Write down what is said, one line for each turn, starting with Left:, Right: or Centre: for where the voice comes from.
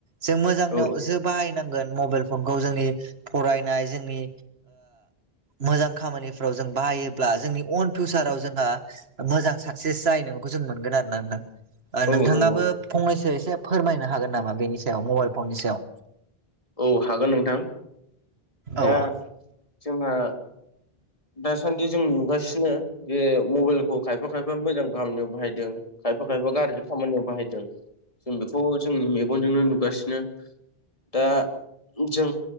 Right: जों मोजांनिआव
Left: औ
Right: जों बाहायनांगोन मबाइल फनखौ जोंनि फरायनाय जोंनि मोजां खामानिफ्राव जों बाहायोब्ला जोंनि अन फिउसाराव जोंहा मोजां साक्सेस जायैनायखौ जों मोनगोन आरो ना नोंथां नोंथाङाबो
Left: औ नंगौ
Right: फंनैसो एसे फोरमायनो हागोन नामा बेनि सायाव मबाइल फननि सायाव
Left: औ हागोन नोंथां दा
Right: औ
Left: जोंहा दासान्दि जों नुगासिनो बे मबाइलखौ खायफा खायफा मोजां खामानियाव बाहायदों खायफा खायफा गाज्रि खामानियाव बाहायदों जों बेखौ जोंनि मेगनजोंनो नुगासिनो दा जों